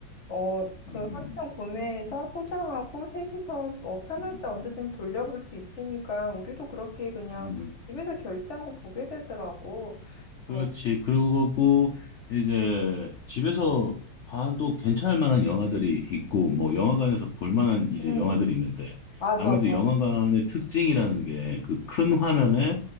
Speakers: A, on the left; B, on the left.
A: 어, 그
B: 음, 음,
A: 한편 구매해서 소장하고 셋이서 어, 편할
B: 음,
A: 때 언제든지 돌려볼 수 있으니까 우리도 그렇게 그냥
B: 음, 음.
A: 집에서 결제하고 보게 되더라고.
B: 그렇지.
A: 어,
B: 그러고 이제 집에서 봐도 괜찮을 만한 영화들이 있고 뭐 영화관에서 볼 만한 이제
A: 음,
B: 영화들이 있는데
A: 맞아,
B: 아무래도
A: 맞-
B: 영화관의 특징이라는 게 그 큰
A: 음,
B: 화면에